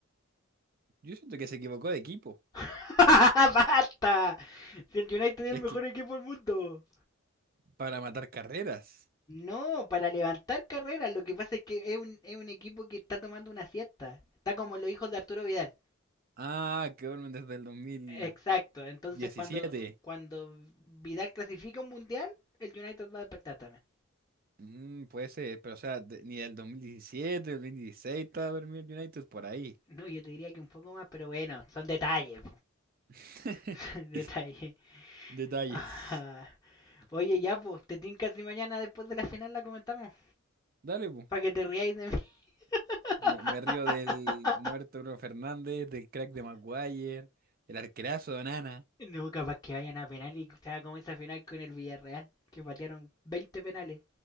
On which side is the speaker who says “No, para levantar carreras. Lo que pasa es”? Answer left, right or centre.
Left